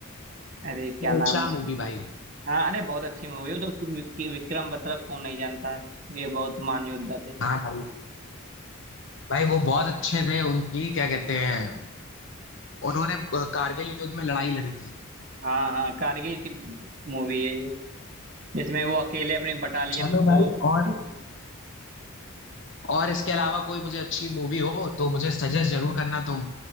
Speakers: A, on the right; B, on the left.
A: अरे क्या
B: शेरशाह
A: नाम उसका
B: मूवी भाई
A: हाँ अरे बहुत अच्छी मूवी वो तो कि- विक्रम बत्रा को नहीं जानता है, ये बहुत महान योद्धा थे
B: हाँ भाई भाई वो बहुत अच्छे थे उनकी क्या कहते हैं उन्होंने अ, कारगिल युद्ध में लड़ाई लड़ी थी
A: हाँ हाँ कारगिल की मूवी है ये जिसमें वो अकेले अपने बटालियन
B: चलो
A: को
B: भाई और
A: पीछे
B: और इसके अलावा कोई मुझे अच्छी मूवी हो तो मुझे सजेस्ट जरूर करना तुम